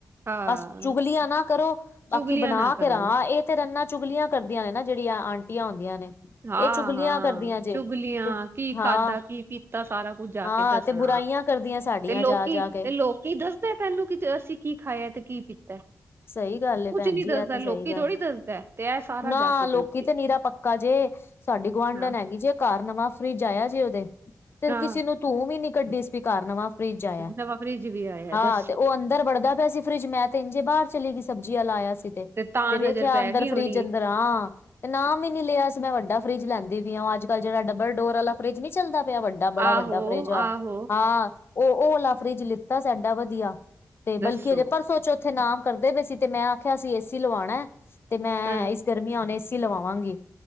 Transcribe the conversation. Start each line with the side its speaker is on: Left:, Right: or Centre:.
Right: ਹਾਂ
Left: ਬਸ ਚੁਗਲੀਆਂ ਨਾ ਕਰੋ ਬਾਕੀ
Right: ਚੁਗਲੀਆਂ
Left: ਬਣਾ
Right: ਨਾ ਕਰੋ
Left: ਕੇ ਰ ਇਹ ਰੰਨਾ ਚੁਗਲੀਆਂ ਕਰਦੀਆਂ ਨੇ ਨਾ ਜਿਹੜੀਆਂ ਆਂਟੀਆਂ ਹੁੰਦੀਆਂ ਨੇ
Right: ਹਾਂ
Left: ਇਹ ਚੁਗਲੀਆਂ
Right: ਹਾਂ
Left: ਕਰਦੀਆਂ ਜੇ
Right: ਚੁਗਲੀਆਂ
Left: ਤੇ
Right: ਕੀ
Left: ਹਾਂ
Right: ਖਾਧਾ ਕੀ ਪੀਤਾ ਸਾਰਾ ਕੁੱਝ ਜਾ
Left: ਹਾਂ
Right: ਕੇ ਦੱਸਣਾ
Left: ਤੇ ਬੁਰਾਈਆਂ ਕਰਦੀਆਂ ਸਾਡੀਆਂ
Right: ਤੇ
Left: ਜਾ ਜਾ ਕੇ
Right: ਲੋਕੀ ਇਧਰ ਤੇ ਸਾਨੂੰ ਕੀ ਪਾ ਕੀ, ਕੀ ਖਾਇਆ ਤੇ ਕੀ ਪੀਤਾ।
Left: ਸਹੀ ਗੱਲ ਏ,
Right: ਕੁੱਝ
Left: ਭੈਣ
Right: ਨੀ
Left: ਜੀ
Right: ਦੱਸਦਾ
Left: ਏ ਤੇ
Right: ਲੋਕੀ
Left: ਸਹੀ ਗੱਲ
Right: ਥੋੜ੍ਹੀ ਦੱਸਦਾ ਤੇ ਇਹ ਸਾਰਾ
Left: ਨਾ,
Right: ਜਾ ਕੇ
Left: ਲੋਕੀ
Right: ਦੱਸਦੇ
Left: ਤਾਂ ਨਿਰਾ ਪੱਕਾ ਜੇ। ਸਾਡੀ ਗੁਆਂਢਣ
Right: ਹਾਂ
Left: ਹੈਗੀ ਜੇ। ਘਰ ਨਵਾਂ ਫਰਿਜ ਆਇਆ ਜੇ, ਉਹਦੇ 'ਤੇ
Right: ਹਾਂ
Left: ਕਿਸੇ ਨੂ ਧੂ ਵੀ ਨਹੀਂ ਕੱਢੀ ਸੀ। ਘਰ ਨਵਾ ਫਰਿੱਜ ਆਇਆ
Right: ਨਵਾਂ ਫਰਿਜ ਵੀ ਆਇਆ
Left: ਆ
Right: ਦੱਸੋ
Left: ਤੇ ਉਹ ਅੰਦਰ ਵੜਦਾ ਪਿਆ ਸੀ। ਫਰਿੱਜ ਮੈਂ ਤੇ ਇੰਝ ਹੀ ਬਾਹਰ ਫੀਰਜ ਸਬਜੀ ਆਲਾ ਆਇਆ ਤੇ ਕਿਤੇ
Right: ਤਾਂ
Left: ਤੇ ਵੇਖਿਆ
Right: ਨਜ਼ਰ ਪੈ
Left: ਅੰਦਰ
Right: ਗਈ
Left: ਫਰਿਜ
Right: ਹੋਣੀ
Left: ਅੰਦਰ ਆ ਤੇ ਨਾਮ ਵੀ ਨਹੀਂ ਲਿਆ। ਤੇ ਮੈ ਵੱਡਾ ਫਰਿੱਜ ਲੈਣਦੀ ਪਈ ਆ ਅੱਜਕੱਲ੍ਹ ਜਿਹੜਾ ਡਬਲ ਡੋਰ ਵਾਲਾ ਫਰਿੱਜ। ਨੀ ਚੱਲਦਾ ਪਿਆ ਵਾ ਜੇੜਾ, ਬੜਾ
Right: ਆਹੋ
Left: ਵੱਡਾ ਫਰਿਜ ਹੈ।
Right: ਆਹੋ
Left: ਹਾਂ, ਔ ਔ ਲਾ ਫਰਿਜ ਲੀਤ ਤੇ ਸਾਡਾ ਵਧੀਆ ਤੇ
Right: ਦੱਸੋ
Left: ਬਲਕੇ ਪਰਸੋ ਚੋਥ ਤੇ ਨਾਮ ਕਰਦੇ ਪਏ ਸੀ। ਤੇ ਮੈਂ ਆਖਿਆ, ਸੀ ਏ ਸੀ ਲਵਾਣਾ ਹੈ, ਤੇ ਮੈ
Right: ਹਾਂ
Left: ਏਦਰ ਨਹੀ ਏ ਅ ਸੀ ਲਵਾਵਾਂਗੀ